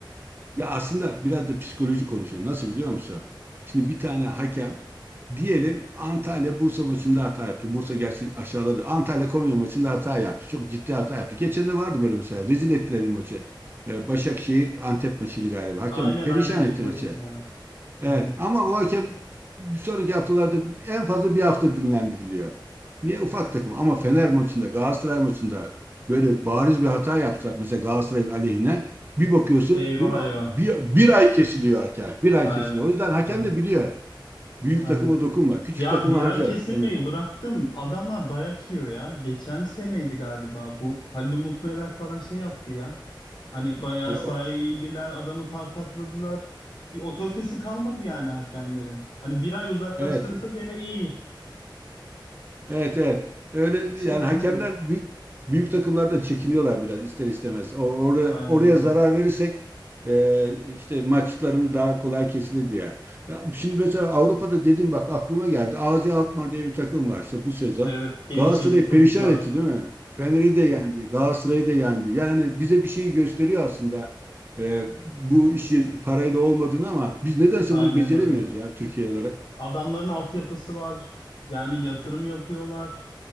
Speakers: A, on the right; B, on the left.
A: ya aslında biraz da psikoloji konuşuyor. Nasıl biliyor musun? Şimdi bir tane hakem Diyelim Antalya Bursa maçında hata yaptı. Bursa gerçi aşağıladı. Antalya Konya maçında hata yaptı. Çok ciddi hata yaptı. Geçen de vardı böyle mesela. Rezil ettiler bir maçı. Ee,
B: Hı
A: Başakşehir
B: hı.
A: Antep maçıydı galiba. Hakem
B: Aynen
A: perişan
B: aynen izledim
A: etti maçı.
B: ya.
A: Evet
B: Aynen.
A: ama o hakem bir sonraki haftalarda en fazla bir hafta dinlendiriliyor. Niye ufak takım ama Fener maçında Galatasaray maçında böyle bariz bir hata yapsa mesela Galatasaray'ın aleyhine bir bakıyorsun
B: Eyvah
A: değil mi?
B: eyvah.
A: Bir, bir ay kesiliyor hakem. Bir ay
B: Aynen.
A: kesiliyor. O yüzden hakem
B: Tabii.
A: de biliyor. Büyük
B: Aynen.
A: takıma dokunma. Küçük
B: Ya
A: takımı
B: bira
A: harca.
B: kesilmeyi
A: Yani,
B: bıraktım. Adamlar dayak yiyor ya. Geçen seneydi galiba bu. Halil Umut Meler falan şey yaptı ya. Hani bayağı
A: e,
B: sahaya indiler. Adamı tartakladılar. Bir otoritesi kalmadı yani hakemlerin. Hani bir ay uzaklaştırırsa
A: evet.
B: gene iyi.
A: Evet evet. Öyle
B: Hiç şey
A: yani
B: yapamıyorlar.
A: hakemler büyük büyük takımlardan çekiniyorlar biraz ister istemez. O- orada
B: Aynen
A: oraya
B: öyle.
A: zarar verirsek e, işte maçlarımız daha kolay kesilir diye. Ya şimdi mesela Avrupa'da dedim bak aklıma geldi. AZ Alkmaar diye bir takım var işte bu sezon.
B: Evet. Gençecik
A: Galatasaray'ı
B: çocuklar.
A: perişan etti değil mi? Fener'i de yendi, Galatasaray'ı da yendi. Yani bize bir şey gösteriyor aslında e, bu işin parayla olmadığını ama biz nedense
B: Aynen
A: bunu beceremiyoruz
B: öyle.
A: ya Türkiye olarak.
B: Adamların altyapısı var. Yani yatırım yapıyorlar.